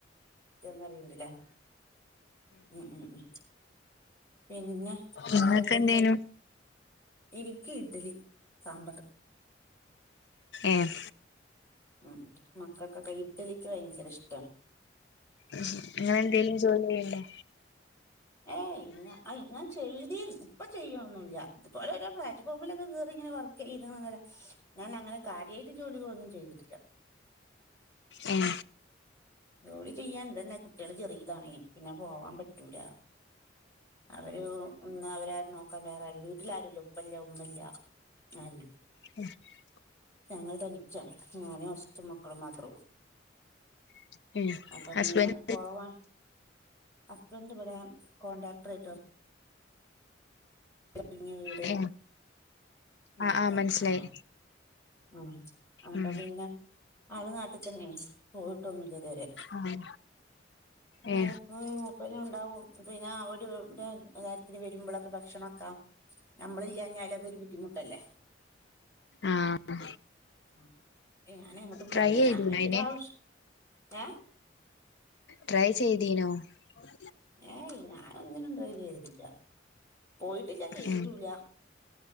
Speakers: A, on the left; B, on the left.
A: ചിക്കൻ കറി ഉണ്ട് ഇല്ലേ ഉം ഉം ഉം പിന്നെ- വേറെന്തൊക്കെയാ
B: നിങ്ങൾക്ക് എന്തേനു
A: എനിക്ക് ഇഡ്ലി സാമ്പാറ്
B: ഏഹ്
A: ഉം മക്കൾക്കൊക്കെ ഇഡ്ഡലിക്ക്‌ ഭയങ്കര ഇഷ്ടാ
B: ഉം ഇങ്ങള് എന്തെലും ജോലി ചെയ്യുന്നുണ്ടോ
A: ഏയ് ഇല്ലാ ഞാൻ ചെയ്തിരുന്നു ഇപ്പൊ ചെയ്യുയൊന്നുമില്ല ഇതുപോലെ ഓരോ പ്ലാറ്റ്ഫോമിലക്കെ കേറി ഇങ്ങനെ വർക്ക് ചെയ്യുന്നത് അല്ലാതെ- ഞാൻ അങ്ങനെ കാര്യമായിട്ട് ജോലികളൊന്നും ചെയ്തിട്ടില്ല
B: ഉം
A: ജോലി ചെയ്യാന്ണ്ട്ന്നാ കുട്ടികള് ചെറിയതാണേ പിന്നെ പോവാം- പറ്റൂല്ല അത് ഒരു- ഇന്നാ അവരാരും നോക്കാൻ വേറെ ആരുംയില്ല വീട്ടില് ആരുംയില്ല ഉപ്പയില്ല ഉമ്മയില്ല ആരുയില്ല
B: ആഹ <unintelligible>
A: ഞങ്ങൾ തനിച്ചാണ് ഞാനും ഹസ്ബൻഡ് മക്കളും മാത്രഉള്ളൂ
B: <inaudible>
A: അപ്പൊ പിന്നെ
B: ഹസ്ബൻഡ്
A: പോവാൻ ഹസ്ബൻഡ് ഇവിടെ കോൺണ്ടാക്ടർ ആയിട്ട് വർക്ക്- വലിയ വീട്ൻ്റെക്കെ
B: ഏ ആഹ് ആഹ് മനസ്സിലായി
A: ആളാ ഉം അപ്പൊ
B: ഉം
A: പിന്നെ- ആളു നാട്ടിൽ തന്നെയാണ് പോയിട്ടൊന്നുമില്ല ഇതുവരെ
B: ആഹ് ഏ
A: അപ്പൊ- പിന്നെ ഒണ്ടാവൂമോ പിന്നെ അവര് രാത്രി വരുമ്പോ ഒക്കെ ഭക്ഷണക്കെ- നമ്മള് ഇല്ലെങ്കി അതിനൊരു ബുദ്ധിമുട്ടല്ലേ
B: ആഹ്
A: ആഹ് ഏ ഞാൻ എങ്ങോട്ടും
B: ട്രൈ
A: പോവില്ല
B: ചെയ്തീനോ
A: ഞാൻ
B: അയിന്
A: ഇൻ്റെ ആവശ്യം ഏഹ്
B: ട്രൈ ചെയ്തീനോ ഉം
A: ഏയ് ഞാനൊന്നിനും ട്രൈ ചെയ്തിട്ടില്ല പോയിട്ടില്ല ചെയ്തിട്ടുല്ല
B: ഏ